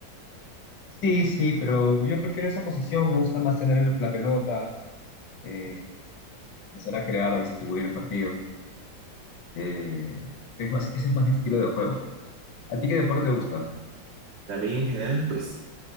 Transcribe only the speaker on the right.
También en general, pues